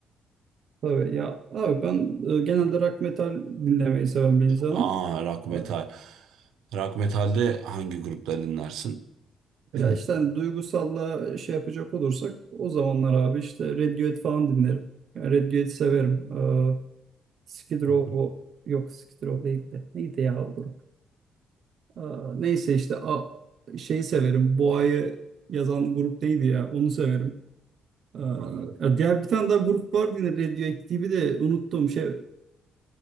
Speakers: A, on the right; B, on the right.
A: Tabii ya abi ben e, genelde rock metal dinlemeyi seven bir insanım.
B: Aa rock metal.
A: E,
B: Rock metalde hangi grupları dinlersin? <clears throat>
A: ya işte hani duygusalla şey yapacak olursak o zamanlar abi işte Radiohead falan dinlerim. Yani Radiohead severim. E, Skid Row
B: Hı hı.
A: yok Skid Row değil de neydi ya o grup? E, neyse işte a, şeyi severim. Boğa'yı yazan grup neydi ya onu severim. E,
B: Anladım.
A: ya diğer bir tane daha grup vardı yine Radiohead gibi de unuttum şey